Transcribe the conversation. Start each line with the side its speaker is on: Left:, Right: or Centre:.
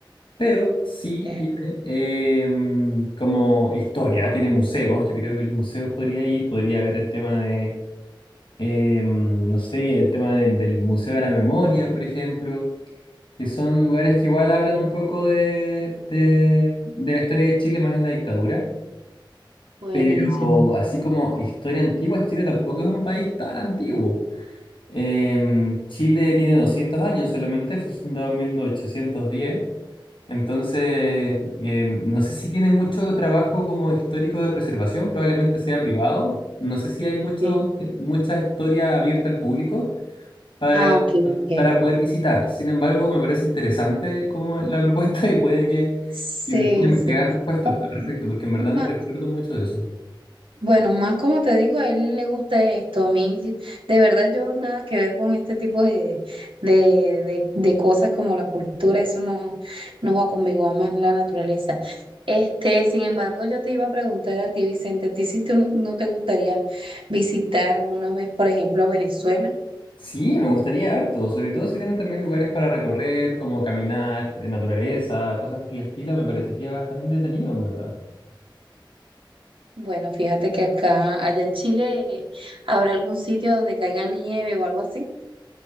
Left: Pero sí
Right: Ok,
Left: tiene em, como historia, tiene museos. Yo creo que los museos podría ir, podría haber el tema de, em, no sé, el tema del del Museo de la Memoria, por ejemplo, que son lugares que igual hablan un poco de, de, de la historia de Chile más en la dictadura.
Right: Buenísimo.
Left: Pero así como historia antigua, Chile tampoco es un país tan antiguo. Em, Chile tiene 200 años solamente, fue fundado en 1810. Entonces, eh, no sé si tiene mucho trabajo como histórico de preservación, probablemente sea privado. No sé si hay mucho,
Right: Ok.
Left: eh, mucha historia abierta al público para,
Right: Ah, ok, ok.
Left: para poder visitar. Sin embargo, me parece interesante como la propuesta <laughs> y puede que,
Right: Sí,
Left: que me ponga a investigar
Right: sí.
Left: respuesta
Right: Oh,
Left: al respecto, porque en verdad
Right: Ma-
Left: no recuerdo mucho de eso.
Right: Bueno, más como te digo, a él le gusta esto. A mí, sí- de verdad, yo nada que ver con este tipo de, de, de, de cosas como la cultura, eso no, no va conmigo, va más la naturaleza. Este, sin embargo, yo te iba a preguntar a ti, Vicente, ¿a ti si tú no, no te gustaría visitar alguna vez, por ejemplo, a Venezuela?
Left: Sí, me gustaría harto, sobre todo si tienen también lugares para recorrer, como caminar, eh, naturaleza, cosas por el estilo, me parecería bastante entretenido, en verdad.
Right: Bueno, fíjate que acá, allá en Chile, eh, habrá algún sitio donde caiga nieve o algo así.